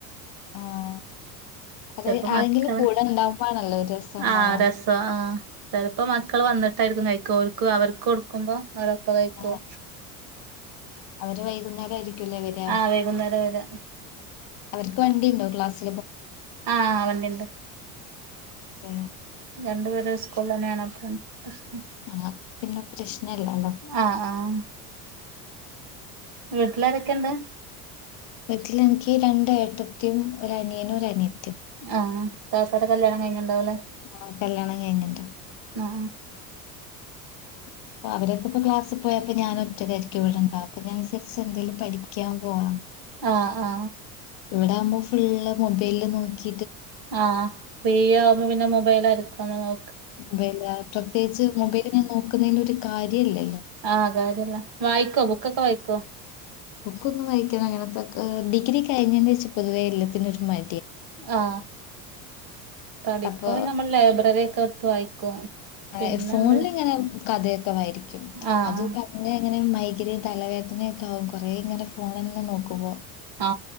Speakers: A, on the left; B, on the right.
A: ആഹ് അത്
B: ചെിലപ്പോ
A: ആരെങ്കിലും
B: മക്ക
A: കൂടെ ഉണ്ടാവുമ്പോഴാണല്ലോ ഒരു രസം ഉണ്ടാവാ
B: ആഹ രസം ആഹ ചിലപ്പോ മക്കൾ വന്നിട്ടായിരിക്കും കഴിക്ക അവർക്ക് അവർക്ക് കൊടുക്കുമ്പോ അവരൊപ്പ കഴിക്കും
A: ആഹ് അവര് വൈകുന്നേരമായിരിക്ക
B: ആഹ് വൈകുന്നേരം വരെ
A: അവക്ക് വണ്ടണ്ടോ ാ
B: ആഹ അവണ്ടണ്ട്
A: അ
B: രണ്ടുപേര് സ്കൂള തന്നെയാണ് അത്രം പ്രശ്നം
A: ആ പിന്നെ പ്രശ്നല്ലല്ലോ
B: ആഹ് ആഹ് വീട്ടിലാരൊക്കെ ഇണ്ട്
A: വീട്ടിൽ എനിക്ക് രണ്ട ഏട്ടത്തിും ഒരുരനിയന ഒരു അനിയും
B: ആ താത്താരെ കല്യാണം കഴിഞ്ഞ് ണ്ടാവ് ലെ
A: ആഹ് കല്യാണം കഴിഞ്ഞിണ്ട്
B: ആ
A: അപ്പ അവരൊക്കെപ്പ ക്ലാസ് പോയപ്പോ ഞാൻ ഒറ്റക്കേരിക്ക് ഇവിടെണ്ടാവ അപ്പ ഞാ വിചാരിച്ച് എന്തേലും പഠി ക്യയാം പോവ
B: ആ ഹാ
A: ഇവിടെ ആവ്മ്പ ഫുള്ള് മൊബൈല് നോക്കി
B: ആ ഫ്രീ ആവുമ്പോ പിന്നെ മൊബൈലാരിക്ക് ഒന്ന് നോ
A: ബൈലാ പ്രത്യേകിച്ച് മൊബൈല് ങ്ങനെ നോക്കുന്നേല് ഒരു കാര്യല്ലെ
B: ആ കാര്യല്ല വായിക്കോ ബുക്കൊക്കെ വായിക്കോ
A: ബുക്ക് ഒന്നും വായിക്ക്ണ അങ്ങനത്തെക്കെ ഡിഗ്രി കഴിഞ്ഞെന് എഷം പൊതുവേ എല്ലത്തിനും ഒരു മ
B: ആ പഠിക്കുമ
A: അപ്പൊ
B: നമ്മള് ലൈബ്രററി ഒക്കെ എട് ത്ത് വായിക്കും
A: ഏഹ്
B: പിന്നെണ്ട്
A: ഫോണിലിങ്ങനെ കഥയൊക്കെ വായിരിക്കും
B: ആഹ്
A: അത് തന്നെ ഇങ്ങനെ മൈഗ്രെയ്ൻ തലവേദനയൊക്കെ ആവും കൊറേ ഇങ്ങനെ ഫോണന്നെ നോക്കുമ്പൊ
B: ആ